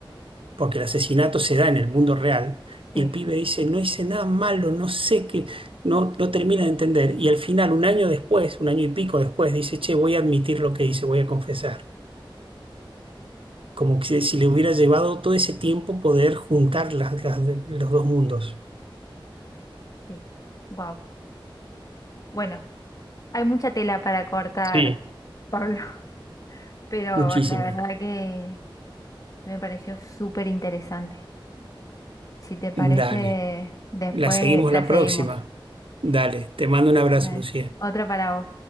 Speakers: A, on the right; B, on the left.
A: porque el asesinato se da en el mundo real,
B: sí,
A: y el pibe dice, no hice nada malo, no sé qué, no, no termina de entender. Y al final, un año después, un año y pico después, dice, che, voy a admitir lo que hice, voy a confesar. Como que si, si le hubiera llevado todo ese tiempo poder juntar las, las- los dos mundos.
B: sí. Wow. Bueno, hay mucha tela para cortar,
A: Sí,
B: Pablo. Pero
A: Muchísimas.
B: la verdad que me pareció súper interesante. Si te parece,
A: Dale.
B: después
A: La seguimos
B: la
A: la
B: seguimos.
A: próxima. Dale. Te mando un abrazo,
B: Dale.
A: Lucía.
B: Otra para vos.